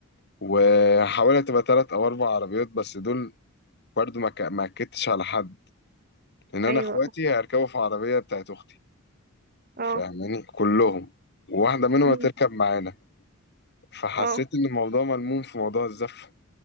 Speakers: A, on the left; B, on the right.
A: وحاولت تبقى تلات او اربع عربيات بس دول برضو ما ك- ما اكدتش على حد لان انا
B: ايوه
A: اخواتي
B: اه
A: هيركبوا في عربيه بتاعت اختي
B: اه
A: فاهماني كلهم وواحده منهم
B: مم.
A: هتركب معانا فحسيت
B: اه
A: ان الموضوع ملموم في موضوع الزفه